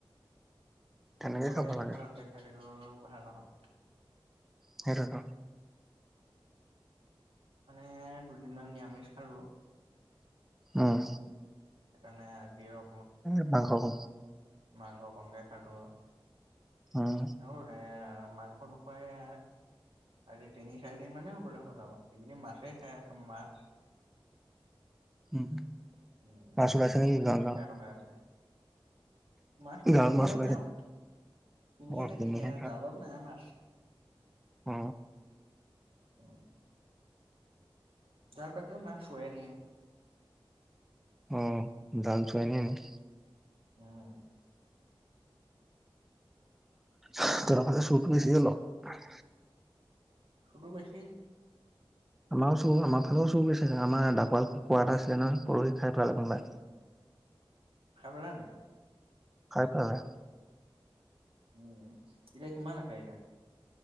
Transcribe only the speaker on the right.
সদায়
ইমান
ভালকৈ শাৰীৰো ভাল নহয়।
মানে দুদিনমান নিৰামিষ খালোঁ।
সেইকাৰণে আজি আও
মাংস অকণকে খালোঁ আৰু।
আৰু এটা এইয়া মাংস নোখাৱাই এইয়া আজি তিনি, চাৰিদিন মানে হ'ল আৰু হ'ল আৰু এইকেইদিন মাছেই খাই আছোঁ, মাছ
উম,
নিৰামিষ
তেনেকে
খাই থকা হৈছে। মাছ মানে
কিনি
আনে
আৰু, কিনি
আনে,
কিনি আনে
জালত নাই মাছ।
উম। জাল পাতিলেয়ো মাছ চুৰে নিয়ে।
অ'।
<unintelligible> বেছি।
উম <unintelligible> পালা নাই।
উম এতিয়া কিমান আছে এতিয়া